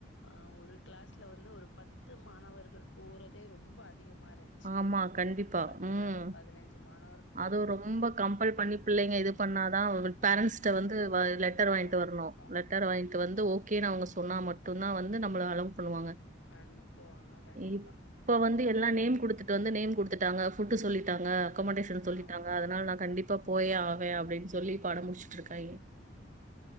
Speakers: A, on the left; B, on the right.
A: அ ஒரு கிளாஸ் ல வந்து ஒரு பத்து மாணவர்கள் போறதே ரொம்ப அ திகமாருந்ச்சு
B: ஆமா கண்டிப்பா
A: பத்துலருந்து
B: ம்
A: பதினஞ்சு மாண
B: அதுவு ரொம்ப கம்பல் பண்ணி பிள்ளைங்க இது பண்ணாதா வி பேரண்ஸ்ட்ட
A: அனுப்புவாங்க.
B: வந்து வ லெட்டர் வாய்ன்டு
A: கண்டிப்பா.
B: வரணு லெட்டர் வாயின் வந்து ஓகேன் அவுங்க சொன்னா மட்டுந்தா வந்து நம்மள அளவ் பண்ணுவாங்க
A: அனுப்புவாங்க கண்டிப்பா.
B: இப்ப வந்து எல்லா நேம் குடுத்து டு வந்து நேம் குடுத்துட்டாங்க ஃபுட்டு சொல்லிட்டாங்க அக்கமடேஷன் சொல்லிட்டாங்க
A: ஆமா.
B: அதனால் நா கண்டிப் இப்ப போயே ஆவே அப்டின் சொல்லி இப்ப அட முடுச்சுட்ருக்காய்க